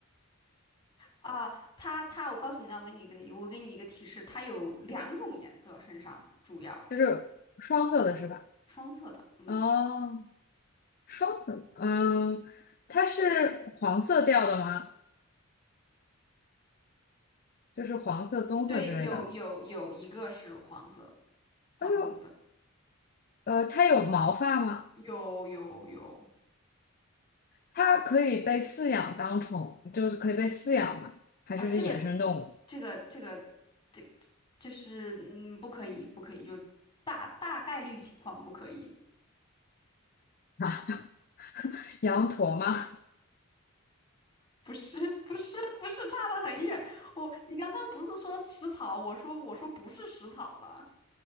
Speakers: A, on the left; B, on the left.
A: 啊，它它，我告诉你，那我给你一个，我给你一个提示，它有两种颜色，身上主要
B: 就是双色的是吧？
A: 双色的，嗯，
B: 哦，双色，嗯，它是黄色调的吗？就是黄色、棕色之类的。
A: 对，有有有一个是黄色，黄棕色，
B: 哎呦，呃，它有毛发吗？
A: 有有有
B: 它可以被饲养当宠，就是可以被饲养吗？还是是野生动物？
A: 啊，这个这个这个这这是嗯，不可以不可以，就大大概率情况不可以，
B: <laughs> 啊，羊驼吗？
A: 不是不是不是，差得很远，我你刚刚不是说食草，我说我说不是食草的。